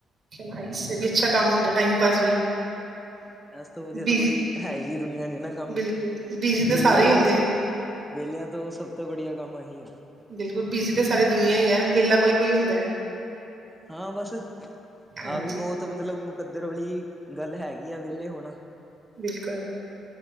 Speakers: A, on the right; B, in the centre.
A: ਚਲੋ, ਏਹ ਵੀ ਅੱਛਾ ਕੰਮ ਹੁੰਦੈ, ਟਾਈਮ ਪਾਸ ਵੀ।
B: ਇਸ ਤੋਂ ਵਧੀਆ
A: ਬਿਜੀ
B: ਤਾਂ ਕੋਈ ਹੈ ਹੀ ਨੀ ਦੁਨੀਆਂ ਚ ਨਾ ਕੰਮ
A: ਬਿਲਕੁਲ ਬਿਜੀ ਤਾਂ
B: ਵਿਹਲਿਆਂ
A: ਸਾਰੇ ਹੀ
B: ਲਈ
A: ਹੁੰਦੇ
B: ਸਭ
A: ਹੈ।
B: ਵਿਹਲਿਆਂ ਤੋਂ ਉਹ ਸਭ ਤੋਂ ਵੜੀਆ ਕੰਮ ਆਹੀ ਆ।
A: ਬਿਲਕੁਲ ਬਿਜੀ ਤੇ ਸਾਰੀ ਦੁਨੀਆਂ ਈ ਐ ਵਿਹਲਾ ਕੋਈ- ਕੋਈ ਹੁੰਦਾ ਹੈ।
B: ਹਾਂ ਬਸ,
A: ਹਾਂਜੀ
B: ਆਹ ਵੀ ਬਹੁਤ ਮਤਲਬ ਮ ਕੱਦਰ ਵਾਲੀ ਗੱਲ ਹੈਗੀ ਆ ਵਿਹਲੇ ਹੋਣਾ।
A: ਬਿਲਕੁਲ,